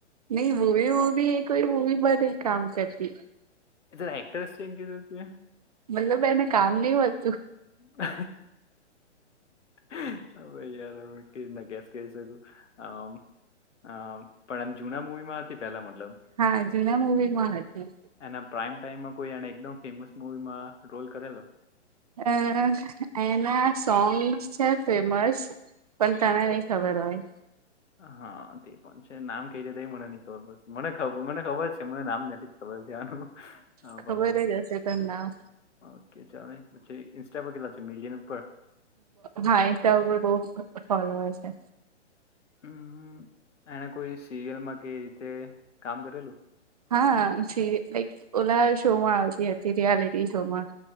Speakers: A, on the right; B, on the left.
A: નહી હવી મૂવી એ કોઈ
B: એ તો રાઇટર્સ છે એમ કીધું તું તુંએ
A: મતલબ એને કામ ની હોય
B: <inaudible> હ ભાઈ યાર, આમને કઈ રીતના ગેસ કરી શકું આમ હ પણ આમ જુના મવી માં હતી પેલા મ
A: હા જુના મૂવીમાં હતી
B: એના પ્રાઇમ ટાઈમમાં કોઈ એને એકદમ ફેમસ મુવીમાં રોલ કરેલો
A: અ એના સોંગ્સ છે ફેમસ- પણ તને નઈ ખબર હોય.
B: હા તે પણ છે, નામ કઈ રીતે એ મને નઈ ખબર પડશે મને મને ખબર છે, મને નામ નથી ખબર ધ્યાન
A: ખબર
B: પણ હવે
A: જ હશે ત નામ
B: ઓકે ચાલે પછી. ઇન્સ્ટા પર કેટલા છે, મિલિયન ઉપર?
A: હા એ તોર બહ ફોલોલર છે.
B: હમ એને કોઈ સિરિયલમાં કે રીતે કામ કરેલું
A: હા લક ઓલા શો માં આવતી હતી રિયાલિટી શોમાં